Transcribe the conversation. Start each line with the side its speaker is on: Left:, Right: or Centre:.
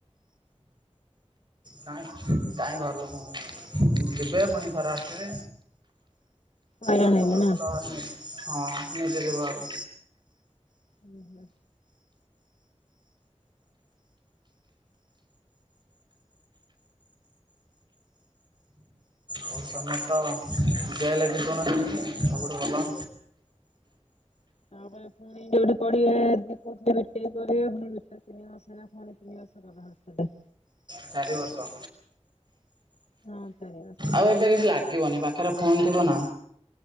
Right: କାଇଁ କାଇଁ ଘର ଲୋକ ଉଁ ଯିବେ ପୁଣିଥରେ ଆସିବେ।
Left: ହଇରାଣ
Right: ଆ ସବୁଠୁ
Left: ହେବେ ନା
Right: ଭଲ ଆହୁରି ହଁ ବୋଲି ନିଜେ ଯିବ ହେରି।
Left: ହୁଁ ହୁଁ।
Right: ଆଉ ତମର ତ ଜେଲେ ଜୀବନ ନାଇ ସବୁଠୁ ଭଲ।
Left: ଆ ପରେ ପୁଣି ଯୋଉଠି ପଢିବେ <unintelligible> ପଢିବେ ପୁଣି ଯୁକ୍ତ ତିନି ମାସ ହେଲା ପୁଣି ତିନି ମାସ ଲଗା ହଉଛି ତାହେଲେ।
Right: ଚାରି ବର୍ଷ।
Left: ହଁ ଚାରି ବର୍ଷ।
Right: ଆଉ ଏବେ କିଛି ଲାଗିବନି ପାଖରେ ଫୋନ ଥିବ ନା।